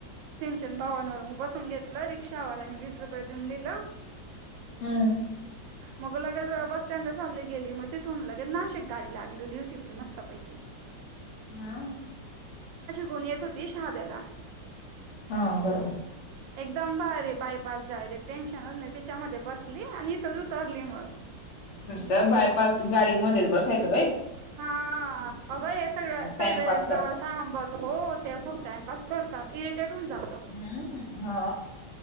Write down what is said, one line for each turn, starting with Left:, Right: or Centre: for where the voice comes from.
Right: सिंचन भावानवर बसून घेतलं रिक्षावाल्या वीस रुपयं देवून दिल.
Left: हम्म!
Right: मग लगेच बस स्टँड चाली गेली, मग तिथून लगे नाशिक गाडी लागलेली होती, मस्त पैकी
Left: हा.
Right: गुण येतं होतो, <unintelligible>
Left: हा बर.
Right: एकदम भारी बायपास डायरेक्ट टेन्शनच नाही त्याच्यामध्ये बसली आणि इथंच उतरली मग
Left: तर बायपास गाडी मध्येच बसायच.
Right: हा अगं हे सगळ सगळे
Left: टाइमपास
Right: जवळ
Left: करता
Right: थांबत हो ते खूप टाइमपास करतात इरेटेड होऊन जातो.
Left: हम्म. हा.